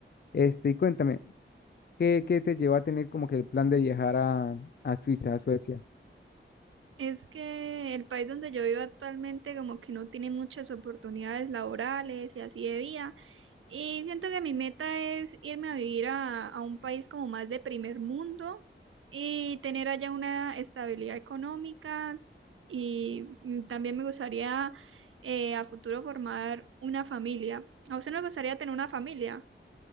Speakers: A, on the left (about 50°); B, on the right (about 75°).
A: Este, y cuéntame, ¿qué, qué te llevó a tener como que el plan de viajar a, a Suiza, a Suecia?
B: Es que el país donde yo vivo actualmente como que no tiene muchas oportunidades laborales y así de vida. Y siento que mi meta es irme a vivir a, a un país como más de primer mundo y tener allá una estabilidad económica. Y mm, también me gustaría eh, a futuro formar una familia. ¿A usted no le gustaría tener una familia?